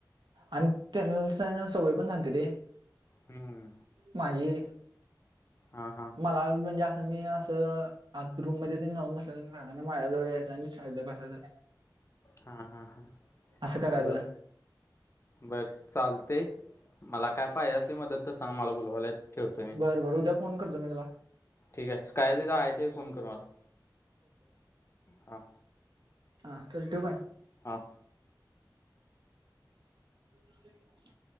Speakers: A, on the right; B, on the left.
A: आणि, त्याला कसय सवय पण झालती रे.
B: हम्म
A: माझी,
B: हा हा
A: मला म्हणजे असं मी असं रूंम मध्यें जाऊंन बसल्यांत सांगा नां माझ्या जवळं यायं आणि शाळेला बसायचं.
B: हां हां हां
A: असं करायचं
B: बरं. बरं चालतंय मलां कायं पायजे असली मंदत तरं सांग मलां बुलवाल्यांत ठेवतोय.
A: बरं बरं उद्यां फोन करतो मी तुम्हांला.
B: ठीक आहे कायंतरी यांयचे फोन करं मलां हां.
A: हां चलं ठेवू कायं
B: हां
A: <unintelligible>